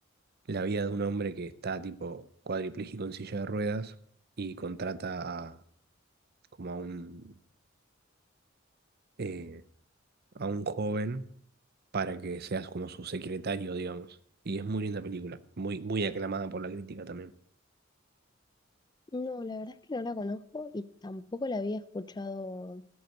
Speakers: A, on the right; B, on the left.
A: la vida de un hombre que está tipo cuadripléjico en silla de ruedas y contrata a como a un eh, a un joven para que seas como su secretario, digamos. Y es muy linda película, muy, muy aclamada por la crítica también.
B: No, la verdad es que no la conozco y tampoco la había escuchado